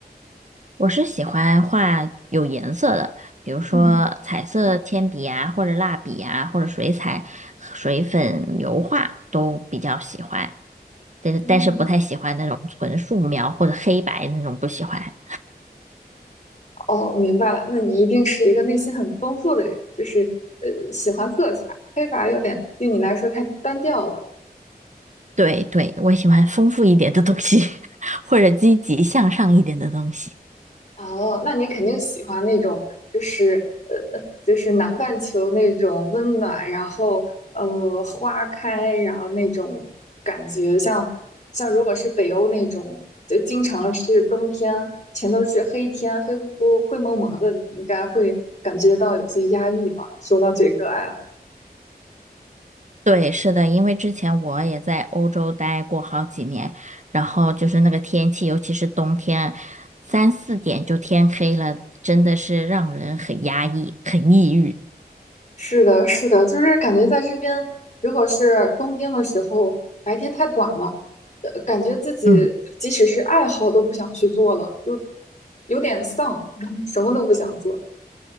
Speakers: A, on the right; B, on the left.
A: 我是喜欢画有颜色的，比如说彩色铅笔啊，
B: 嗯
A: 或者蜡笔啊，或者水彩、水粉、油画都比较喜欢，但是但是不太喜欢那种纯素描或者黑白那种不喜欢。
B: 嗯，哦，明白了，那你一定是一个内心很丰富的人，就是呃喜欢色彩。黑白有点对你来说太单调了。
A: 对对，我喜欢丰富一点的东西，<laughs> 或者积极向上一点的东西。
B: 哦，那你肯定喜欢那种，就是呃，呃就是南半球那种温暖，然后呃，花开，然后那种感觉像，像如果是北欧那种，就经常是冬天，全都是黑天，黑乎乎、灰蒙蒙的，你应该会感觉到有些压抑吧？说到这个爱好。
A: 对，是的，因为之前我也在欧洲待过好几年，然后就是那个天气，尤其是冬天，三四点就天黑了，真的是让人很压抑，很抑郁。
B: 是的，是的，就是感觉在这边，如果是冬天的时候，白天太短了，呃，感觉自己即使是爱好都不想去做了，
A: 嗯，
B: 就有点丧，<laughs> 什么都不想做。